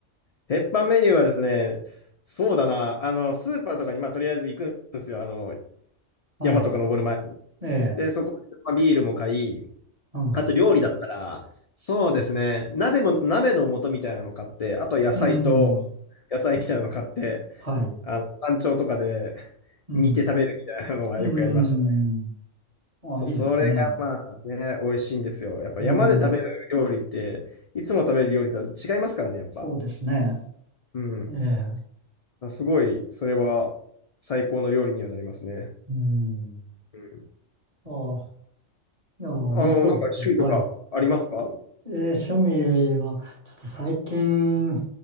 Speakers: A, on the left; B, on the right.
A: 鉄板メニューはですね、そうだな、あの、スーパーとかに、まあ、とりあえず行くんですよ。あの、
B: はい。
A: 山とか登る前に。
B: ええ、
A: で、そこで、まあ、ビールも買い、
B: うん。
A: あと料理だったら、そうですね、鍋も、鍋の素みたいなの買って、あと野菜と、
B: うん。
A: 野菜みたいなの買って、
B: はい。
A: あの、山頂とかで
B: うん。
A: 煮て食べるみたいなのはよくやりましたね。
B: うん。あ、
A: そう、
B: いいですね。
A: それがまあね、美味しいんですよ。やっぱ山で食べる料理って、
B: うん。
A: いつも食べる料理だと違いますからね、やっぱ。
B: そうですね。
A: うん。
B: ええ。
A: あ、すごい、それは最高の料理にはなりますね。
B: うん。
A: うん。
B: あ、いや、面白いですね。
A: あの、なんか趣味とかありますか
B: はい。えー趣味は、ちょっと最近、い